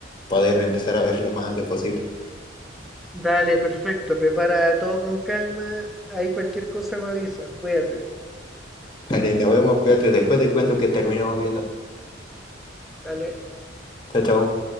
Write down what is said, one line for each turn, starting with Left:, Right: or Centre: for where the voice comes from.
Left: poder empezar a ver lo más antes posible.
Centre: Dale, perfecto. Prepara todo con calma. Ahí cualquier cosa me avisas. Cuídate.
Left: Dale, nos vemos, cuídate, después te cuento que terminamos viendo.
Centre: Dale.
Left: Chao, chao.